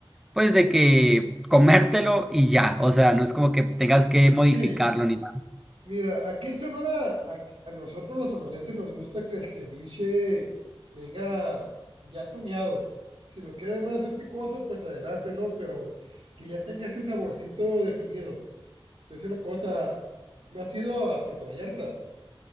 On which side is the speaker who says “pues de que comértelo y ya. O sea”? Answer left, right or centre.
Centre